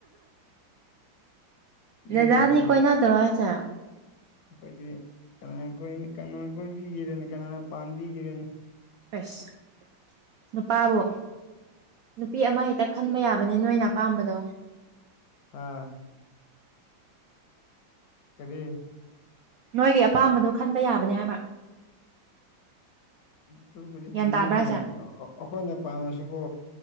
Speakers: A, on the right; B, on the left.
A: ꯖꯗꯤ
B: ꯅꯪꯒꯤꯁꯦ
A: ꯀꯣꯏꯅ ꯇꯧꯔ ꯍꯥꯏꯁꯦ
B: ꯑꯩꯈꯣꯏꯗꯤ ꯀꯅꯥꯅ ꯀꯅꯥꯅ ꯀꯣꯏꯕꯤꯒꯤꯔꯦꯅꯦ ꯀꯅꯥꯅ ꯄꯥꯝꯕꯤꯒꯤꯔꯦꯅꯦ
A: ꯐꯁ ꯅꯨꯄꯥꯕꯨ ꯅꯨꯄꯤ ꯑꯃ ꯍꯦꯛꯇ ꯈꯟꯕ ꯌꯥꯕꯅꯦ ꯅꯣꯏꯅ ꯑꯄꯥꯝꯕꯗꯣ
B: ꯑꯥ ꯀꯔꯤ
A: ꯅꯣꯏꯒꯤ ꯑꯄꯥꯝꯕꯗꯣ ꯈꯟꯕ ꯌꯥꯕꯅꯦ ꯍꯥꯏꯕ
B: ꯑꯗꯨꯨꯕꯨꯗꯤ
A: ꯒ꯭ꯌꯥꯟ
B: ꯆꯨꯝꯃꯤꯅꯤ
A: ꯇꯥꯕ꯭ꯔꯥ ꯍꯥꯏꯁꯦ
B: ꯑꯩꯈꯣꯏꯅ ꯄꯥꯝꯃꯁꯤꯀꯣ